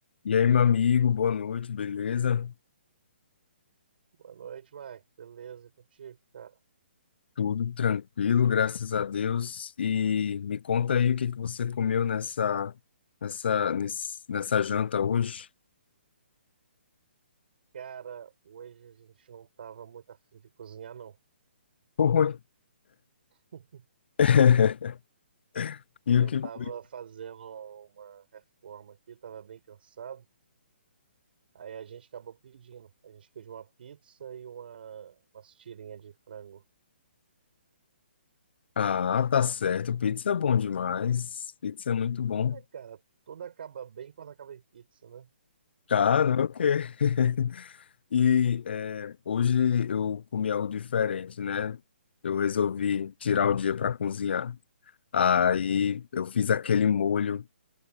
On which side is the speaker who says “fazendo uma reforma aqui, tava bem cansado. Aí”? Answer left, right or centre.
Right